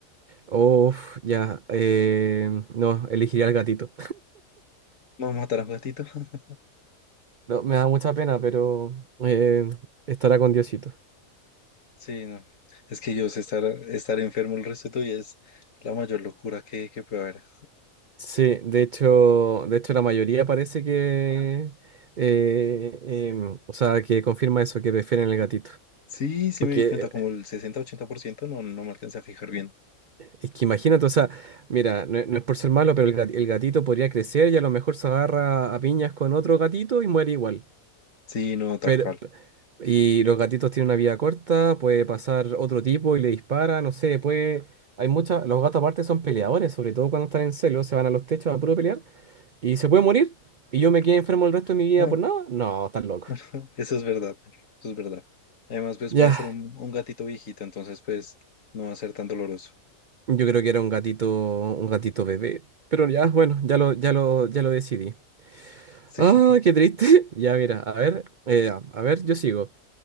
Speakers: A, on the right; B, on the left.
A: Uf, ya, eh, no, elegiría al gatito.
B: ¿No matar a un gatito? <laughs>
A: No, me da mucha pena, pero eh, estará con Diosito.
B: Sí, no. Es que yo sé estar, estar enfermo el resto de tu vida es la mayor locura que, que puede haber.
A: Sí, de hecho, de hecho la mayoría parece que, eh, em, o sea, que confirma eso, que prefieren el gatito.
B: Sí, sí
A: Porque
B: me di cuenta, como
A: eh,
B: el sesenta, ochenta por ciento no, no me alcancé a fijar bien.
A: es que imagínate, o sea, mira, no, no es por ser malo, pero el, gat- el gatito podría crecer y a lo mejor se agarra a piñas con otro gatito y muere igual.
B: Sí, no, tal
A: Pero,
B: cual.
A: y los gatitos tienen una vida corta, puede pasar otro tipo y le dispara, no sé, puede... Hay muchas... Los gatos aparte son peleadores, sobre todo cuando están en celo, se van a los techos a puro pelear y se puede morir y yo me quedé enfermo el resto de mi vida
B: Ah,
A: por nada. No, estás loco.
B: <laughs> Eso es verdad, eso es verdad. Además, pues
A: Ya,
B: puede ser un, un gatito viejito, entonces pues no va a ser tan doloroso.
A: yo creo que era un gatito, un gatito bebé, pero ya, bueno, ya lo, ya lo, ya lo decidí.
B: Sí,
A: Ah,
B: <laughs>
A: qué triste. <laughs> Ya, mira, a ver, eh, a ver, yo sigo.